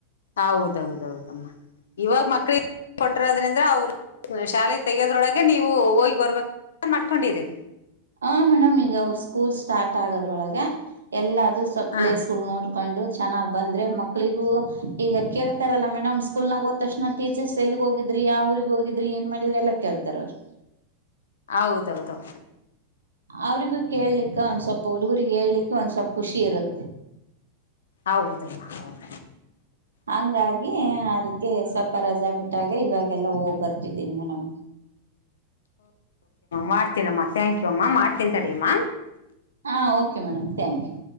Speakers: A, on the left (about 65°); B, on the right (about 70°).
A: ಹೌದೌದೌದಮ್ಮ ಇವಾಗ ಮಕ್ಳಿಗೆ ಕೊಟರದ್ರಿಂದ್ರ ಅವ್ರು ಶಾಲೆಗೆ ತೆಗೋದ್ರೊಳಗೆ ನೀವು ಹೋಗಿ ಬರ್ಬೇಕ ಮಾಡ್ಕೊಂಡಿರಿ
B: ಹ ಮೇಡಮ್ ಈಗ ಅವರು ಸ್ಕೂಲ್ ಸ್ಟಾರ್ಟ್ ಆಗೋದ್ರೊಳಗೆ ಎಲ್ಲ ಇದು ಸ್ವಲ್
A: ಹ
B: ಪ್ಲೇಸ್ಗಳು ನೋಡಿ ಕೊಂಡು ಚೆನ್ನಾಗ್ ಬಂದ್ರೆ ಮಕ್ಳಿಗೂ ಈಗ ಕೇಳ್ತಾರಲ್ಲಾ ಮೇಡಮ್ ಸ್ಕೂಲ್ ನಾಗ ಹೋದ ತಕ್ಷಣ ಟೀಚರ್ಸ್ ಎಲ್ಲಿಗ್ ಹೋಗಿದ್ರಿ ಯ ್ರಗ ಹೋಗಿದ್ರಿ ಏನ್ ಮಾಡಿದ್ರಿ ಎಲ್ಲಾ ಕೇಳ್ತಾರ ಅವರು
A: ಹೌದೌದೌ
B: ಅವ್ರಿಗೂ ಕೇಳ್ಲಿಕ್ಕೆ ಒಂದ್ ಸ್ವಲ್ಪ ಹುಡುಗುರಿಗೆಗ್ ಹೇಳ್ಲಿಕ್ಕೆ ಒಂದ್ ಸ್ವಲ್ಪ ಖುಷಿ ಇರುತ್ತೆ
A: ಹೌದಲ್ಮ್ಮ ಹೌದ
B: ಹಂಗಾಗಿ ಅದಕ್ಕೆ ಸ್ವಲ್ಪ ರಜಾ ಬಿಟ್ಟಾಗ ಇವಾಗೆಲ್ಲ ಹೋಗ್ಬರ್ ಿದ್ದೀ ಮೇಡಮ
A: ಮಾಡ್ತೀನಮ್ಮ ಥ್ಯಾಂಕ್ ಯು ಅಮ್ಮ ಮಾಡ್ತನ್ ತಡಮ್ಮ
B: ಹಾ ಓಕೆ ಮೇಡಮ್ ಥಾಂಕ್ ಯು